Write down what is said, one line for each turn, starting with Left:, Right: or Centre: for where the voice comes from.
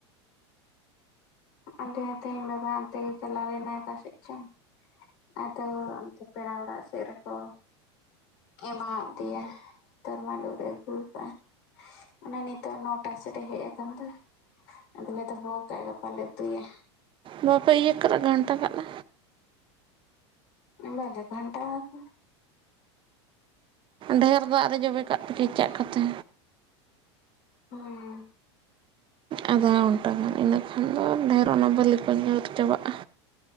Left: ᱟᱞᱮ ᱦᱚᱸ ᱛᱮᱦᱮᱧ ᱵᱟᱵᱟ ᱚᱱᱛᱮ ᱜᱮ ᱪᱟᱞᱟᱣ ᱞᱮᱱᱟ ᱚᱠᱟᱥᱮᱫ ᱪᱚ ᱟᱫᱚ ᱚᱱᱛᱮ ᱯᱮᱲᱟ ᱚᱲᱟᱜ ᱥᱮᱫ ᱨᱮᱠᱚ ᱮᱢᱟᱦᱟᱜ ᱫᱮᱭᱟ ᱛᱚᱨᱢᱟᱰ ᱩᱫ ᱮ ᱟᱹᱜᱩ ᱠᱟᱜᱼᱟ ᱚᱱᱮ ᱱᱤᱛᱚᱜ ᱱᱚᱴᱟ ᱥᱮᱫ ᱮ ᱦᱮᱡ ᱟᱠᱟᱱ ᱫᱚᱭ ᱟᱫᱚᱞᱮ ᱫᱚᱦᱚ ᱠᱟᱜᱼᱟ ᱜᱟᱯᱟᱞ ᱞᱮ ᱩᱛᱩᱭᱟ᱾
Right: ᱵᱟᱯᱮ ᱤᱭᱟᱹ ᱠᱟᱜᱼᱟ, ᱜᱷᱟᱱᱴᱟ ᱠᱟᱜᱼᱟ᱾
Left: ᱵᱟᱞᱮ ᱜᱷᱟᱱᱴᱟ ᱠᱟ ᱼᱟ᱾
Right: ᱰᱷᱮᱨ ᱫᱟᱜ ᱨᱮ ᱡᱚᱵᱮ ᱠᱟᱜ ᱯᱮ ᱠᱮᱪᱟᱜ ᱠᱟᱛᱮ
Left: ᱦᱩᱸ
Right: ᱟᱫᱷᱟ ᱜᱷᱚᱱᱴᱟ ᱜᱟᱱ ᱤᱱᱟᱹ ᱠᱷᱟᱱ ᱫᱚ ᱰᱷᱮᱨ ᱚᱱᱟ ᱵᱟᱹᱞᱤ ᱠᱚ ᱧᱩᱨ ᱪᱟᱵᱟᱜᱼᱟ